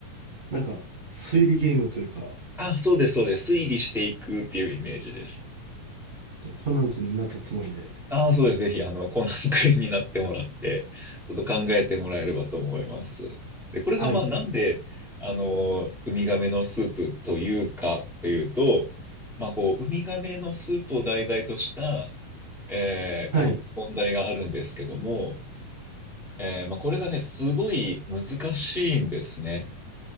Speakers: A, on the right; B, in the centre.
A: なんか、推理ゲームというか、
B: あ、そうです、そうです。推理していくっていうイメージです。
A: じゃあコナン君になったつもりで。
B: ああ、そうです。ぜひ、あの、コナン君になってもらって、ちょっと考えてもらえればと思います。で、これが、
A: はい。
B: まあ、なんで、あの、ウミガメのスープというか、というと、まあ、こう、ウミガメのスープを題材とした、えーこの問題があるんですけども、
A: はい。
B: えーまあ、これがね、すごい難しいんですね。